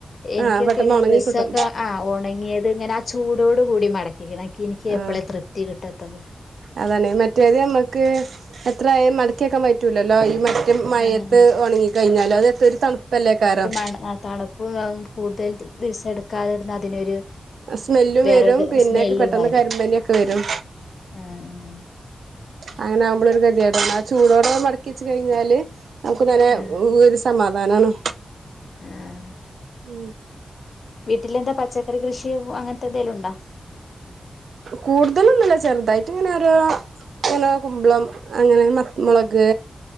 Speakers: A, on the left (about 65°); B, on the right (about 80°).
A: എനിക്കൊക്കെ
B: ആഹ് പെട്ടെന്ന്
A: ആണെങ്കിൽ
B: ഒണങ്ങി
A: ഡ്രസ്സൊക്ക
B: കിട്ടും
A: ആ ഉണങ്ങിയത് ഇങ്ങനെ ആ ചൂടോടു കൂടി മടക്കിക്കണം എനിക്ക് എനിക്കപ്പളേ
B: ആഹ്
A: തൃപ്തി കിട്ടത്തുളളു
B: അതാണ് മറ്റേത് നമ്മുക്ക് എത്രയയും മടക്കിയക്കാൻ പറ്റൂലല്ലോ ഈ മ രു മഴയത്ത്
A: ആഹ്
B: ഉണങ്ങി കഴിഞ്ഞാല് അത് ത ഒരു തണുപ്പല്ലേകാരം
A: അണ് അ തണു പ്പുവവും കൂടുതൽ ദിവസം എടുക്കാതിരുന്ന അതിനൊരു
B: സ്മെല്ലും
A: വേറെ
B: വരും പിന്നെക്കെ
A: സ്മെല്ലും
B: പെട്ടെന്ന്
A: വരും
B: കരിമ്പനൊക്കെ വരും
A: ആഹ് ആഹ്
B: അങ്ങനെ ആകുമ്പളൊരു ഗതിയേടാണ് ആ ചൂടോടെ മടക്കിച്ച് കഴിഞ്ഞാല് നമുക്ക് നനെ
A: ആഹ്
B: ഒരു സമാധാനാണ്
A: ആഹ്
B: ഉം
A: വീട്ടിലെന്താ പച്ചക്കറി കൃഷിയും അങ്ങനത്തെ ന്തെലും ണ്ടാ
B: കൂടുതലൊന്നുല്ല ചെറുതായിട്ട് ഇങ്ങനെര ഇങ്ങനെ കുമ്പളം അങ്ങനെ മത്ത മുളക്